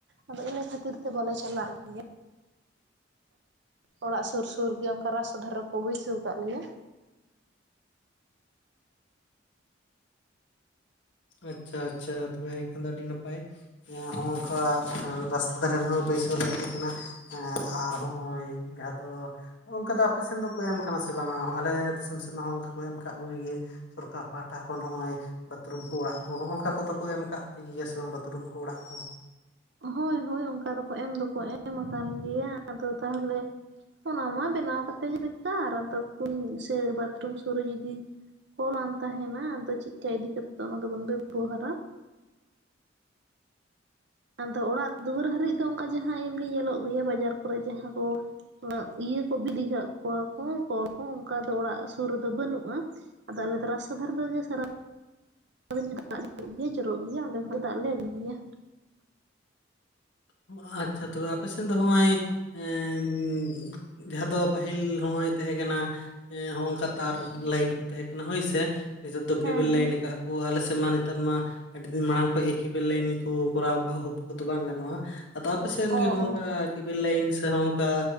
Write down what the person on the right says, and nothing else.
ᱟᱫᱚ ᱤᱱᱟᱹ ᱠᱷᱟᱹᱛᱤᱨ ᱛᱮ ᱵᱚᱞᱮ ᱪᱟᱞᱟᱜ ᱜᱮᱭᱟ ᱾ ᱚᱲᱟᱜ ᱥᱩᱨ ᱥᱩᱨ ᱜᱮ ᱚᱝᱠᱟ ᱨᱟᱥᱛᱟ ᱫᱷᱟᱨᱮ ᱨᱮᱠᱚ ᱵᱟᱹᱭᱥᱟᱹᱣ ᱟᱠᱟᱜ ᱞᱮᱭᱟ ᱾
ᱦᱳᱭ ᱦᱳᱭ ᱚᱝᱠᱟ ᱫᱚᱠᱚ ᱮᱢ ᱫᱚᱠᱚ ᱮᱢ ᱠᱟᱱ ᱜᱮᱭᱟ ᱟᱫᱚ ᱛᱟᱦᱞᱮ-ᱼ ᱚᱱᱟ ᱢᱟ ᱵᱮᱱᱟᱣ ᱠᱟᱛᱮᱜ ᱜᱮ ᱵᱮᱠᱟᱨ ᱟᱫᱚ ᱠᱩᱧ ᱥᱮ ᱵᱟᱛᱷᱨᱩᱢ ᱥᱩᱨ ᱨᱮ ᱡᱩᱫᱤ ᱠᱚᱞᱟᱱ ᱛᱟᱦᱮᱸᱱᱟ ᱟᱫᱚ ᱪᱤᱜᱠᱟ ᱤᱫᱤ ᱠᱟᱛᱮᱜ ᱫᱚ ᱚᱱᱟ ᱫᱚᱵᱚᱱ ᱵᱮᱵᱚᱦᱟᱨᱟ ᱾ ᱟᱫᱚ ᱚᱲᱟᱜ ᱫᱩᱣᱟᱹᱨ ᱦᱟᱹᱨᱤᱡ ᱫᱚ ᱚᱱᱴᱝᱠᱟ ᱡᱟᱦᱟᱸ ᱮᱢᱱᱤ ᱧᱮᱞᱚᱜ ᱜᱮᱭᱟ, ᱵᱟᱡᱟᱨ ᱠᱚᱨᱮ ᱡᱟᱦᱟᱸ ᱠᱚ ᱤᱭᱟᱹ ᱠᱚ ᱵᱤᱫᱤ ᱟᱠᱟᱜ ᱠᱚᱣᱟ ᱠᱚ ᱠᱚᱞ ᱠᱚ ᱚᱝᱠᱟ ᱫᱚ ᱚᱲᱟᱜ ᱥᱩᱨ ᱨᱮᱫᱚ ᱵᱟᱹᱱᱩᱜᱼᱟ ᱾ ᱟᱫᱚ ᱟᱞᱮ ᱫᱚ ᱨᱟᱥᱛᱟ ᱫᱷᱟᱨᱮ ᱨᱮᱜᱮ ᱥᱟᱨᱟ ᱟᱫᱚ ᱚᱸᱵᱮ ᱦᱚᱸ ᱫᱟᱜᱽ ᱫᱚ ᱡᱚᱨᱚᱜ ᱜᱮᱭᱟ ᱾ ᱚᱸᱰᱮ ᱠᱷᱚᱱ ᱜᱮ ᱫᱟᱜᱽ ᱞᱮ ᱟᱹᱜᱩᱭ ᱜᱮᱭᱟ ᱾
ᱦᱮᱸ
ᱦᱮᱸ
ᱚ
ᱚ